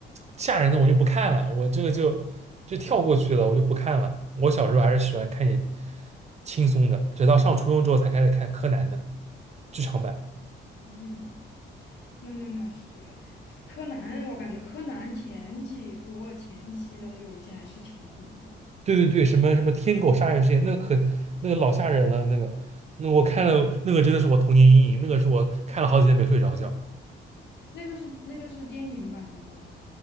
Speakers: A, on the right; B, on the left.
A: 吓人的，我就不看了。我这个就就跳过去了，我就不看了。我小时候还是喜欢看点轻松的，直到上初中之后才开始看柯南的剧场版。
B: 嗯，那那那是柯南，我感觉柯南前几部前期的有一些还是挺恐怖的。
A: 对对对，什么什么天狗杀人事件，那个可那个老吓人了，那个那我看了那个真的是我童年阴影，那个是我看了好几天没睡着觉，
B: 那个是那个是电影版的吗？